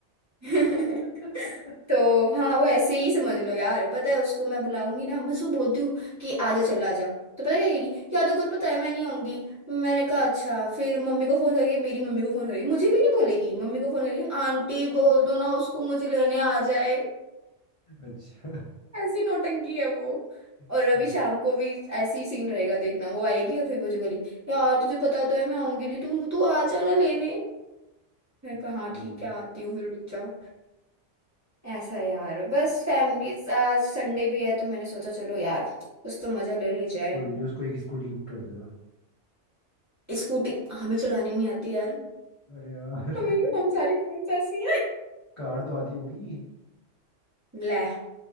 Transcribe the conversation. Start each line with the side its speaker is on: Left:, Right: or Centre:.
Right: <laughs>
Left: <laughs>
Right: तो हाँ वो ऐसे ही समझ लो यार पता है उसको मैं बुलाऊंगी ना मैं उसको बोलती हूँ कि आ जा चल आ जा तो पता है क्या कहेगी यार तो कुछ पता है मैं नहीं आऊंगी मैंने कहा अच्छा फिर मम्मी को फोन करके मेरी मम्मी को फोन करके मुझे भी नहीं बोलेगी मम्मी को फोन करके आंटी बोल दो ना उसको मुझे लेने आ जाए
Left: अच्छा
Right: ऐसी नौटंकी है वो और
Left: सही
Right: अभी शाम को भी ऐसी सीन रहेगा देखना वो आएगी और फिर मुझे बोली यार तुझे पता तो है मैं आऊंगी नहीं तू तू आ जाना लेने मैं कहा
Left: सही
Right: हाँ ठीक
Left: है
Right: है आती हूँ फिर रुक जा ऐसा यार बस फैमिली आज संडे भी है तो मैंने सोचा चलो यार कुछ तो मजा ले ली जाए
Left: कोई नहीं उसको एक स्कूटी गिफ्ट कर देना
Right: स्कूटी हमें चलानी नहीं आती यार
Left: अरे यार
Right: हमें हम
Left: <laughs>
Right: सारी फ्रेंड्स ऐसी हैं
Left: कार तो आती होगी
Right: ले